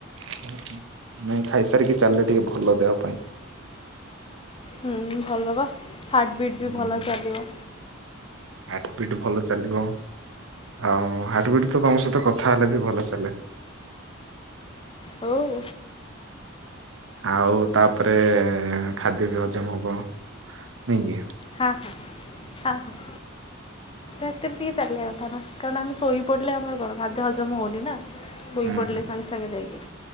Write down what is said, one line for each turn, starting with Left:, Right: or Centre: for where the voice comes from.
Right: ହୁଁ ହୁଁ ନାଇଁ ଖାଇ ସାରିକି ଚାଲିଲେ ଟିକେ ଭଲ ଦେହ ପାଇଁ
Left: ହୁଁ ଭଲ ବା ହାର୍ଟ ବିଟ୍ ବି
Right: ହୁଁ
Left: ଭଲ ଚାଲିବ।
Right: ହାର୍ଟ ବିଟ ଭଲ ଚାଲିବ ଆଉ ହାର୍ଟ ବିଟ ତ ତମ ସହିତ କଥା ହେଲେ ବି ଭଲ ଚାଲେ।
Left: ହଉ
Right: ଆଉ ତାପରେ ଖାଦ୍ୟ ବି ହଜମ ହବ ନାଇଁ କି
Left: ହଁ ହଁ ହଁ ହଁ ଏତରେ ଟିକେ ଚାଲିବା କଥା ନା କାରଣ ଆମେ ଶୋଇ ପଡ଼ିଲେ ଆମର କଣ ଖାଦ୍ୟ ହଜମ ହଉନି ନା ସୋଇ
Right: ହୁଁ
Left: ପଡ଼ିଲେ
Right: ହୁଁ
Left: ସାଙ୍ଗେ ସାଙ୍ଗେ ଯାଇକି